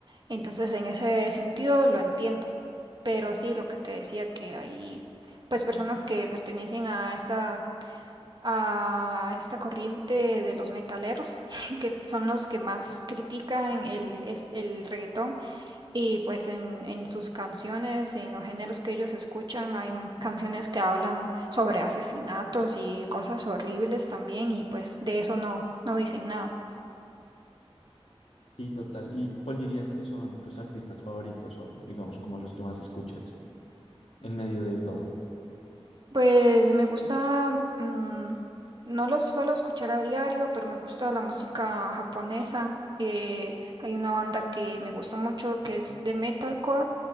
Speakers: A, on the right; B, on the left.
A: Entonces en ese sentido lo entiendo. Pero sí, lo que te decía que hay pues personas que pertenecen a esta a esta corriente de los metaleros, <laughs> que son los que más critican el, es- el reggaetón. Y pues en, en sus canciones, en los géneros que ellos escuchan, hay m- canciones que hablan sobre asesinatos y cosas horribles también, y pues de eso no, no dicen nada.
B: Sí, total. ¿Y cuál dirías que son tus artistas favoritos o digamos como los que más escuchas en medio de todo?
A: Pues me gusta, mm, no los suelo escuchar a diario, pero me gusta la música japonesa. Eh, hay una banda que me gusta mucho que es de metalcore,